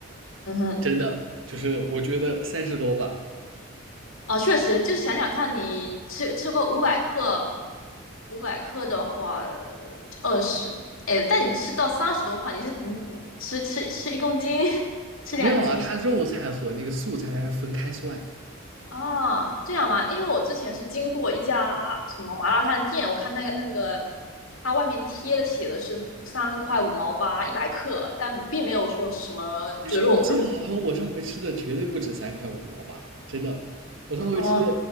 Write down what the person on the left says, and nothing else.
嗯哼。
啊，确实，就是想想看你吃吃个五百克，五百克的话二十，哎，但你吃到三十多的话，你是你你吃吃吃一公斤，<laughs> 吃两斤
啊？这样吗？因为我之前是经过一家什么麻辣烫店，我看那个那个，它外面贴的写的是三块五毛八一百克，但并没有说是什么就是肉肉
哦，